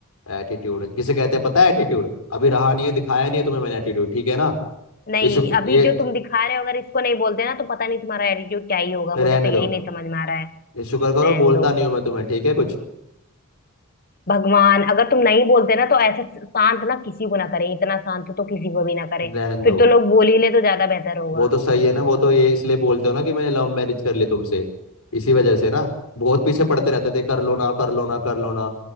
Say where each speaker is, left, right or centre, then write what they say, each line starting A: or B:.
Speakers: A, on the left (about 85°); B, on the left (about 40°).
A: एटीट्यूड किसे कहते हैं पता है एटीट्यूड अभी रहा नहीं है दिखाया नहीं है तुम्हें मैंने एटीट्यूड ठीक है ना
B: नहीं
A: ये शुक्र
B: अभी
A: ये
B: जो तुम दिखा रहे हो अगर इसको नहीं बोलते ना तो पता नहीं तुम्हारा एटीट्यूड क्या ही होगा
A: रहने
B: मुझे तो यही
A: दो
B: नहीं समझ में आ रहा है
A: ये शुक्र करो
B: रहन
A: बोलता
B: दो
A: नहीं हूं मैं तुम्हें ठीक है कुछ
B: भगवान अगर तुम नहीं बोलते ना तो ऐसे शांत ना किसी को ना करें इतना शांत तो किसी को भी ना करें
A: रहने
B: फिर
A: दो
B: तो लोग बोल ही ले तो ज्यादा बेहतर होगा
A: वो तो सही है ना वो तो ये इसलिए बोलते हो ना कि मैंने लव मैरिज कर ली तुमसे इसी वजह से ना बहुत पीछे पड़ते रहते थे कर लो ना कर लो ना कर लो ना